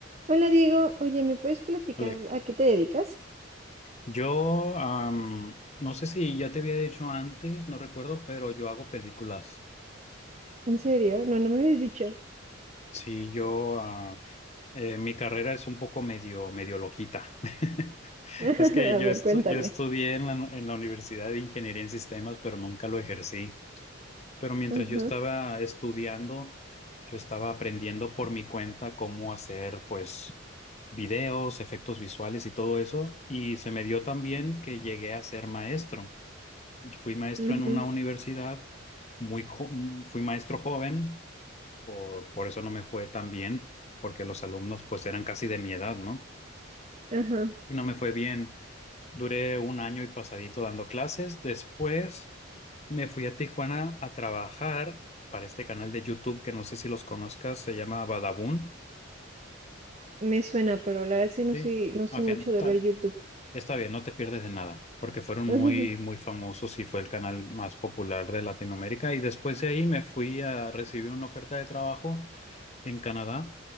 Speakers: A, on the right; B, on the left.
A: Hola Diego, oye, ¿me puedes platicar
B: Vale.
A: a qué te dedicas?
B: Yo am, no sé si ya te había dicho antes, no recuerdo, pero yo hago películas.
A: ¿En serio? No, no me habías dicho.
B: Sí, yo ah, eh, mi carrera es un poco medio medio loquita. <laughs>
A: <laughs>
B: Es que yo
A: A ver,
B: estu-
A: cuéntame.
B: yo estudié en la, en la Universidad de Ingeniería en Sistemas, pero nunca lo ejercí. Pero mientras
A: Ajá,
B: yo estaba estudiando, yo estaba aprendiendo por mi cuenta cómo hacer, pues, videos, efectos visuales y todo eso. Y se me dio también que llegué a ser maestro. Fui maestro
A: ujú,
B: en una universidad, muy jo- fui maestro joven, por, por eso no me fue tan bien, porque los alumnos pues eran casi de mi edad, ¿no?
A: ajá.
B: Y no me fue bien. Duré un año y pasadito dando clases. Después me fui a Tijuana a trabajar para este canal de YouTube que no sé si los conozcas, se llama Badabun.
A: Me suena, pero la verdad sí no
B: Sí.
A: soy, no soy
B: Ok,
A: mucho
B: está-
A: de ver YouTube.
B: Está bien, no te pierdes de nada, porque fueron
A: <laughs>
B: muy,
A: Ajá.
B: muy famosos y fue el canal más popular de Latinoamérica. Y después de ahí me fui a recibir una oferta de trabajo en Canadá